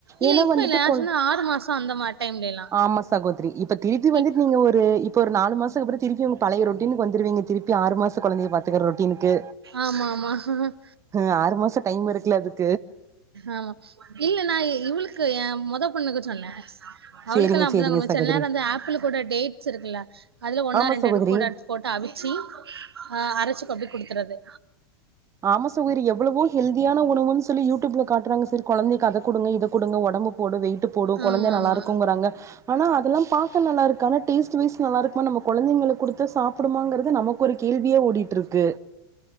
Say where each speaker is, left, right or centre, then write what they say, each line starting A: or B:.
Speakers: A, on the right; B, on the right.
A: இல்ல
B: ஏன்ன
A: இப்ப
B: வந்துட்டு
A: இல்ல நா
B: கொ
A: சொன்ன ஆறு மாசோ அந்த மா டைம்லலா
B: ஆமா சகோதரி இப்ப திருப்பி வந்துட்டு
A: இப்ப
B: நீங்க ஒரு <unintelligible> இப்போ ஒரு நாலு மாசக் அப்ற திருப்பி உங்க பழைய ரொட்டீனுக்கு வந்துறுவீங்க திருப்பி ஆறு மாச கொழந்தைய பாத்துக்கற ரொட்டீனுக்கு
A: ஆமா ஆமா ஆமா
B: அ ஆறு மாச டைம் இருக்குல அதுக்
A: ஆமா இல்ல நா இவளுக்கு ஏ மொத பொண்ணுக்கு சொன்ன அவளுக்கெல்லா
B: சேரிங்க
A: அப்டிதா
B: சேரிங்க
A: கொண்போவ
B: சகோதரி
A: செல நேர வந்து ஆப்பிள் கூட டேட்ஸ் இருக்குல்ல அதுல ஒன்னொ
B: ஆமா
A: ரெண்டெடுத்
B: சகோதரி
A: கூட எடுத் போட்டு அவிச்சு அ அரச்சு கொ அப்டி குடுத்துறது
B: ஆம சகோதரி எவ்வளவோ ஹெல்தியான உணவுன் சொல்லி யூடியூப்ல காட்றாங்க சர் கொழந்தைக் அத குடுங்க இத குடுங்க ஒடம்பு போடு வெயிட்டு போடு கொழந்த
A: ஆமா
B: நல்லாருக்குங்கறாங்க
A: ஆமா
B: ஆனா அதெல்லாம் பாக்க நல்லாருக் ஆனா டேஸ்ட்டு வைஸ் நல்லாருக் குமா நம்ம கொழந்தைங்களுக் குடுத்து சாப்பிடுமாங்கறது நமக்கு ஒரு கேள்வியே ஓடிட்ருக்கு